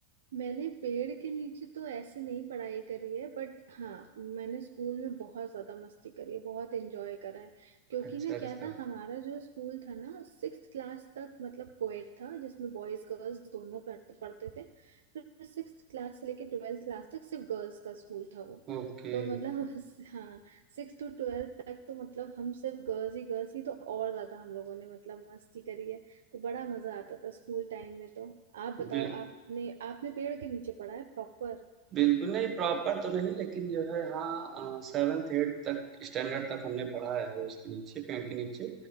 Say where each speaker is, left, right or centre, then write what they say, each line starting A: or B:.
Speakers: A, on the right; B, on the right.
A: मैंने पेड़ के नीचे तो ऐसे नहीं पढ़ाई करी है बट हाँ मैंने स्कूल में बहुत ज्यादा मस्ती करी है बहुत एंजॉय करा है क्योंकि
B: अच्छा,
A: ना
B: अच्छा।
A: क्या था हमारा जो स्कूल था ना सिक्स क्लास तक मतलब कोएड था जिसमें बॉयज गर्ल्स दोनों पढ़ते पढ़ते थे फिर सिक्स क्लास से लेके ट्वेल्थ क्लास तक सिर्फ गर्ल्स का स्कूल था वो
B: ओके,
A: तो मतलब <laughs> हाँ सिक्स टू ट्वेल्थ तक तो मतलब हम सिर्फ गर्ल्स ही गर्ल्स ही तो और ज्यादा हम लोगों ने मतलब मस्ती करी है तो बड़ा मजा आता था स्कूल टाइम में तो आप बताओ
B: बिल
A: आपने आपने पेड़ के नीचे पढ़ा है प्रॉपर
B: बिल्कुल नहीं प्रॉपर तो नहीं लेकिन जो है हाँ सेवेंथ एट तक स्टैंडर्ड तक हमने पढ़ा है उसके नीचे पेड़ के नीचे